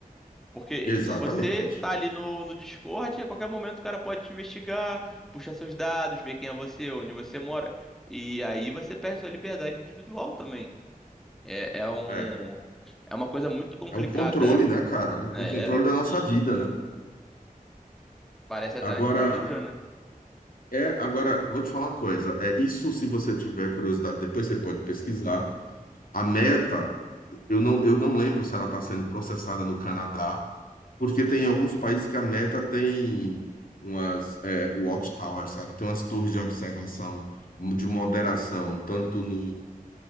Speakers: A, in the centre; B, on the left.
A: Porque
B: Exatamente.
A: você tá ali no, no Discord e a qualquer momento o cara pode te investigar, puxar seus dados, ver quem é você, onde você mora. E aí você perde sua liberdade individual também. É, é um,
B: É,
A: é uma coisa muito complicada.
B: é um controle, né, cara? Um,
A: É,
B: um controle da nossa vida, né?
A: parece até
B: Agora,
A: uma ditadura, né?
B: é, agora, vou te falar uma coisa. É isso, se você tiver curiosidade, depois você pode pesquisar. A Meta, eu não, eu não lembro se ela está sendo processada no Canadá, porque tem alguns países que a Meta tem umas é, watchtowers, sabe? Tem umas torres de observação, de moderação, tanto no,